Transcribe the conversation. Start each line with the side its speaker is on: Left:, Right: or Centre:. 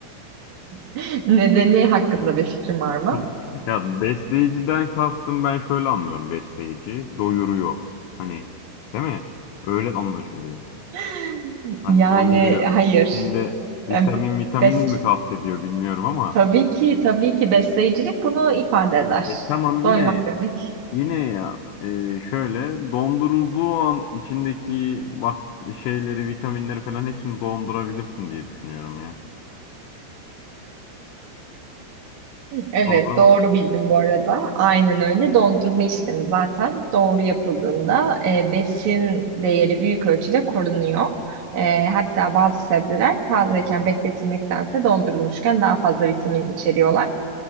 Right: <laughs> Nedeni hakkında bir fikrim var mı?
Left: <laughs> Ya besleyiciden kastım ben şöyle anlıyorum besleyici. Doyuruyor. Hani değil mi? Öyle anlaşılıyor.
Right: <laughs>
Left: Hani
Right: Yani
Left: doyuruyorsun.
Right: hayır.
Left: İçinde vitamin
Right: E,
Left: vitamin
Right: Bes
Left: mi kastediyor bilmiyorum ama
Right: tabii ki tabii ki besleyicilik bunu ifade eder.
Left: e, tamam yine
Right: Doymak demek.
Left: yine ya e, şöyle dondurulduğu an içindeki bak şeyleri vitaminleri falan hepsini dondurabilirsin diye düşünüyorum ya.
Right: Evet,
Left: Donduramaz.
Right: doğru bildin bu arada. Aynen öyle. Dondurma işlemi zaten doğru yapıldığında e, besin değeri büyük ölçüde korunuyor. E, hatta bazı sebzeler tazeyken bekletilmektense dondurulmuşken daha fazla vitamin içeriyorlar.